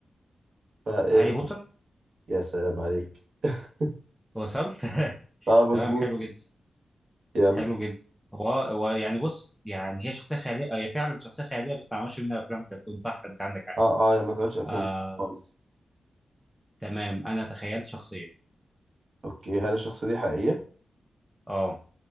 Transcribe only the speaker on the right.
فإيه
يا سلام عليك <laughs>
أه مظبوط
يلا
أه أه يا ما تقعدش أفلام
خالص
أوكي هل الشخصية دي حقيقية؟